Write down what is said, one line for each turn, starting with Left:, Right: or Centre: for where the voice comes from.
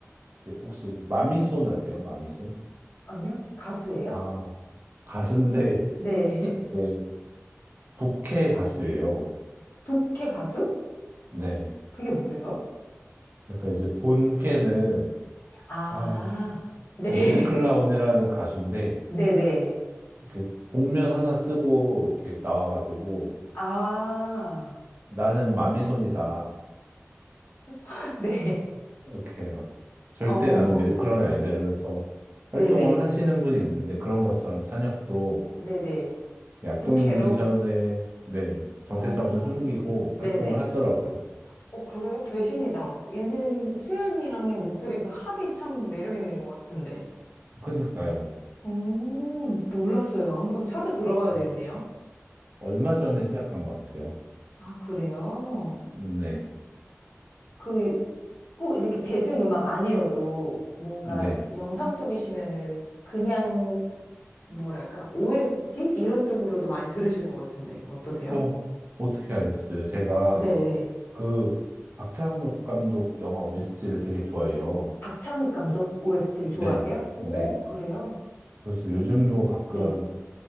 Right: 이제 혹시 마미손 아세요? 마미손?
Left: 아니요? 가수예요?
Right: 아, 가수인데,
Left: 네. <laughs>
Right: 네, 부캐 가수예요.
Left: 부캐 가수?
Right: 네.
Left: 그게 뭐예요?
Right: 그러니까 이제 본캐는
Left: 아,
Right: 아,
Left: 네.
Right: 매드
Left: <laughs>
Right: 클라운이라는 가수인데
Left: 네네.
Right: 이렇게 복면 하나 쓰고 이렇게 나와가지고
Left: 아,
Right: 나는 마미손이다
Left: <laughs> 네.
Right: 이렇게 막 절대
Left: 어,
Right: 나는 매드 클라운이 아니다 이러면서
Left: 네네.
Right: 활동을 하시는 분이 있는데 그런 것처럼 찬혁도
Left: 네네.
Right: 그 약동
Left: 부캐로?
Right: 뮤지션의 네 정체성을
Left: 어,
Right: 좀 숨기고
Left: 네네.
Right: 활동을 하더라고요.
Left: 어, 그래요? 배신이다. 얘는 수연이랑의 목소리 그 합이 참 매력 있는 것 같은데.
Right: 그러니까요.
Left: 음, 몰랐어요. 한번 찾아 들어봐야
Right: 음,
Left: 되겠네요.
Right: 얼마 전에 시작한 것 같아요.
Left: 아, 그래요?
Right: 네,
Left: 그 꼭 이렇게 대중음악 아니어도 뭔가
Right: 네.
Left: 영상 쪽이시면은 그냥 뭐랄까 OST 이런 쪽으로도 많이 들으실 것 같은데 어떠세요?
Right: 어, 어떻게 알았어요? 제가
Left: 네네.
Right: 그 박찬욱 감독 영화 OST를 되게 좋아해요.
Left: 박찬욱 감독 OST를 좋아하세요?
Right: 네,
Left: 오,
Right: 네.
Left: 그래요?
Right: 그래서 요즘도 가끔
Left: 네,